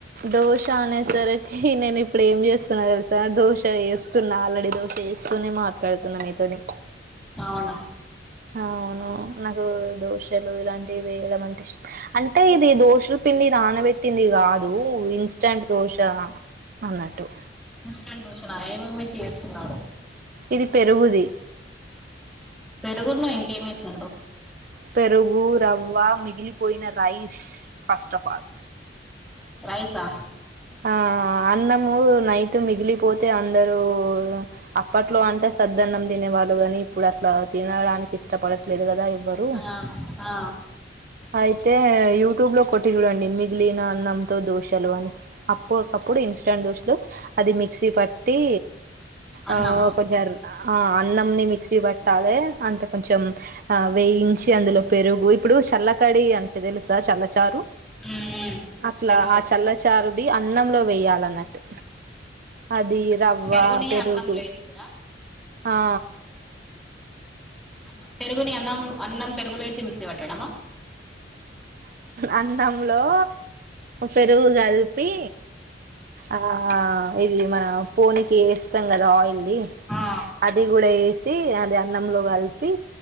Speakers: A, on the right; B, in the centre.
A: దోశ అనే సరి నేను ఇప్పుడు ఏం చేస్తున్నా తెలుసా దోశ ఏస్తున్నా ఆల్రెడీ దోశ ఏస్తూనే మాట్లాడుతున్నా మీ తోని
B: అవునా
A: అవును నాకు దోశలు ఇలాంటివి వేయడం అంటే ఇష్ట అంటే ఇది దోశలు పిం డి నానబెట్టింది కాదు ఇన్స్టంట్ దోశ అన్నట్టు
B: ఇన్స్టెంట్ దోశనా ఏమేమి ఏసి చేస్తున్నారు
A: ఇది పెరుగుది
B: పెరుగురునే ఇంకేమేసిండ్రు
A: పెరుగు రవ్వ మిగిలిపోయిన రైస్ ఫస్ట్ ఆఫ్ ఆల్
B: రైసా
A: ఆ అన్నము నైట్ మిగిలిపోతే అన్ అందరు అప్పట్లో అంటే సద్దన్నం తినే వాళ్ళు కాని ఇప్పుడు అట్లా తినడానికి ఇష్టపడరు పడట్లెదు కదా ఎవ్వరు
B: ఆ ఆ
A: అయితే యూట్యూబ్ లో పెట్టిన చూడండి మిగిలిన అన్నంతో దోసలు అప్పటికప్పుడు ఇన్స్టాంట్ దోశలు అది మిక్సీ పట్టి
B: అన్నమా
A: ఆ కొంచర్ అన్నం ని మిక్సీ పెట్టాలె అంటే కొంచెం ఆ వేయించి అందులో పెరుగు ఇప్పుడు చల్లకడి అంటే తెలుసా చల్లచారు
B: మ్మ్ మ్మ్
A: అట్లా
B: తెలుసు
A: ఆ చల్లచారుది అన్నంలో వేయాలన్నట్టు అది రవ్వ
B: పెరుగుని
A: పెరుగు
B: అన్నం లేసుడా
A: ఆ
B: అన్నం పెరుగుని అన్నం అన్నం పెరుగులో వేసి మిక్సీ పెట్టడమా
A: అన్నం లో పెరుగు కలిపి ఆ ఇది మన పోనికి వేస్తాం కదా ఆయిల్ ది
B: ఆ
A: అది కూడా ఏ యేసి అది అన్నంలో కలిపి